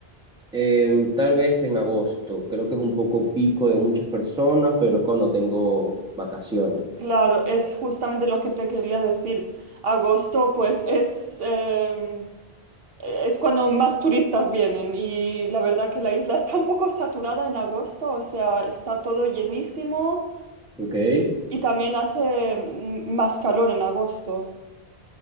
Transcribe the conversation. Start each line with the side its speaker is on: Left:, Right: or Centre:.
Centre: Em, tal vez en agosto, creo que es un poco pico de muchas personas, pero es cuando tengo vacaciones,
Right: Claro, es justamente lo que te quería decir. Agosto, pues es, em, es cuando más turistas vienen y la verdad que la isla está un poco saturada en agosto, o sea, está todo llenísimo
Centre: ¿ok?
Right: y también hace mm, más calor en agosto.